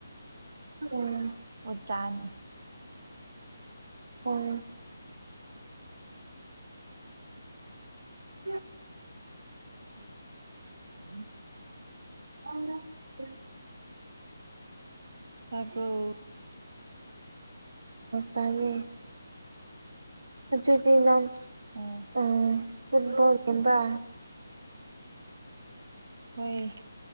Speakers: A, on the right (about 80°); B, on the right (about 45°).
A: ꯎꯝ
B: ꯑꯣ ꯆꯥꯅꯤ
A: ꯎꯝ ꯑꯣ
B: ꯎꯝ
A: <unintelligible>
B: ꯇꯥꯕꯔꯣ
A: ꯇꯔꯦ ꯑꯗꯨꯗꯤ ꯅ
B: ꯎꯥ
A: ꯎ ꯁꯤꯜꯕꯒꯕ
B: ꯍꯣꯏ